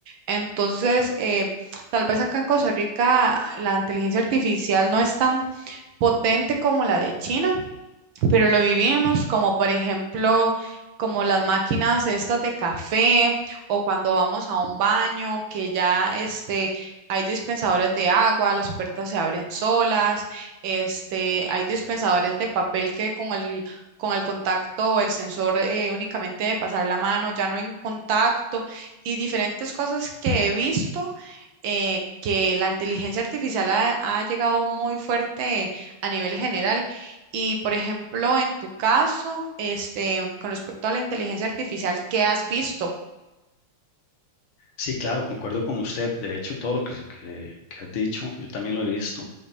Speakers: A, on the right; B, on the left.
A: Entonces, eh, tal vez acá en Costa Rica la inteligencia artificial no es tan potente como la de China, pero lo vivíamos como por ejemplo, como las máquinas estas de café o cuando vamos a un baño que ya este, hay dispensadores de agua, las puertas se abren solas, este, hay dispensadores de papel que con el... con el contacto o el sensor eh, únicamente de pasar la mano, ya no hay un contacto y diferentes cosas que he visto eh, que la inteligencia artificial ha ha llegado muy fuerte a nivel general y, por ejemplo, en tu caso, este, con respecto a la inteligencia artificial, ¿qué has visto?
B: Sí, claro, concuerdo con usted. De hecho, todo lo que, que, que has dicho, yo también lo he visto.